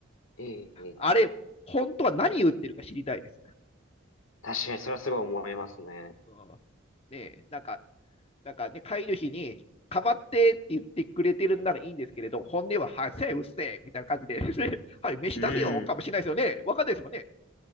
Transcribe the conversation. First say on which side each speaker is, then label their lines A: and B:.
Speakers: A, on the left (about 75°); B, on the left (about 30°).
A: ええ、ええ。
B: あれ、本当は何言ってるか知りたいです。
A: 確かにそれはすごい思いますね。
B: うんねえ、なんか、なんかね、飼い主に、かまってって言ってくれてるんならいいんですけれど、本音は、はい、せえ、うっせえ、みたいな感じで、<laughs> ねはい、飯出せよ、
A: うん。
B: かもしれないですよね。わかんないですもんね。